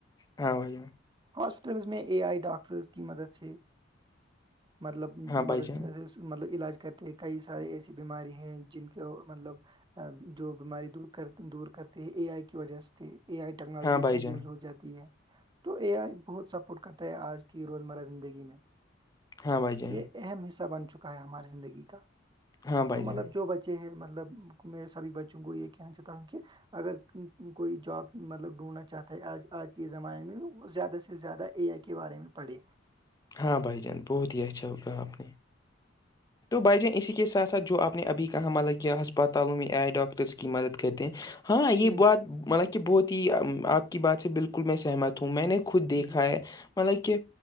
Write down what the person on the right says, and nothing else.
ہاسپٹلس میں اے آئی ڈاکٹرس کی مدد سے مطلب
مدد
کی وجہ سے مطلب علاج کرتے ہیں کئی سارے ایسی بیماری ہیں جن کو مطلب جو بیماری دور دور کرتے ہیں اے آئی کی وجہ سے اے آئی ٹیکنالوجی
اس
میں
یوز ہو جاتی ہے تو اے آئی بہت سپورٹ کرتا ہے آج کی روزمرہ زندگی میں
یہ اہم حصہ بن چکا ہے ہماری زندگی کا
تو مطلب
جو بچے یہ ہے مطلب میں سبھی بچوں کو یہ کہنا چاہتا ہوں کہ اگر کوئی جاب مطلب ڈھونڈنا چاہتا ہےج آج کے زمانے میں زیادہ سے زیادہ اے آئی کے بارے میں پڑھے
جی
جی